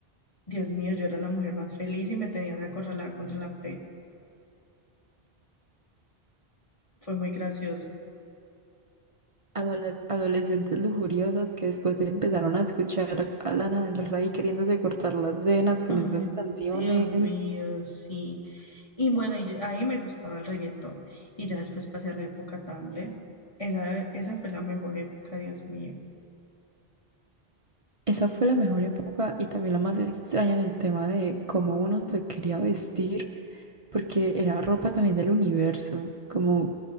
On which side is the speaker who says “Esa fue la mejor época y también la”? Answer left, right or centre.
Right